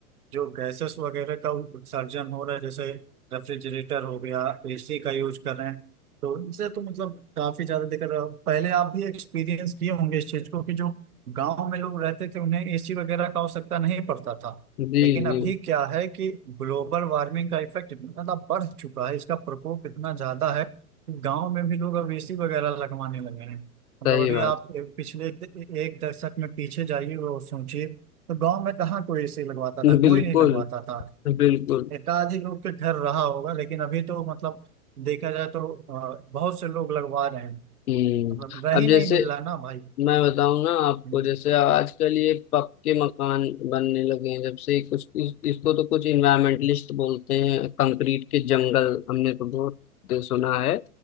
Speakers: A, on the right (about 75°); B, on the left (about 70°).
A: जो गैसेस वगैरह का उत्सर्जन हो रहा है जैसे रेफ्रिजरेटर हो गया एसी का यूज कर रहे हैं तो इनसे तो मतलब काफी ज्यादा दिक्कत है। पहले आप भी एक्सपीरियंस किए होंगे इस चीज को कि जो गांव में लोग रहते थे उन्हें एसी वगैरह का आवश्यकता नहीं पड़ता था
B: जी
A: लेकिन अभी
B: जी
A: क्या है कि ग्लोबल वार्मिंग का इफेक्ट इतना ज्यादा बढ़ चुका है इसका प्रकोप इतना ज्यादा है कि गांव में भी लोग अब एसी वगैरह लगवाने लगे हैं
B: सही
A: मतलब अभी
B: बात
A: आप पिछले एक एक दशक में पीछे जाइए और सोचिए तो गांव में कहाँ कोई एसी लगवाता
B: <laughs>
A: था कोई
B: बिल्कुल
A: नहीं लगवाता था
B: बिल्कुल
A: एकाधिक लोग के घर रहा होगा लेकिन अभी तो मतलब देखा जाए तो अ, बहुत से लोग लगवा रहे हैं
B: हम्म
A: मतलब रही
B: अब जैसे
A: नहीं मिल रहा ना भाई
B: मैं बताऊं ना आपको
A: हम्म,
B: जैसे आजकल ये पक्के मकान बनने लगे हैं जब से ही कुछ इस, इसको तो कुछ इन्वायरमेंटलिस्ट बोलते हैं कंक्रीट के जंगल हमने तो बहुत सुना है